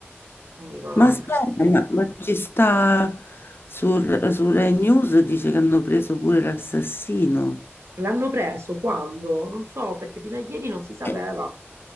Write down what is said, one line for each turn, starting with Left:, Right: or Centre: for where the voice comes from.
Right: Mi dico no,
Left: Ma aspetta,
Right: è impossibile.
Left: ma, ma ci sta su, su Rai News dice che hanno preso pure l'assassino.
Right: L'hanno preso quando? Non so, perché fino a ieri non si sapeva,
Left: Eh,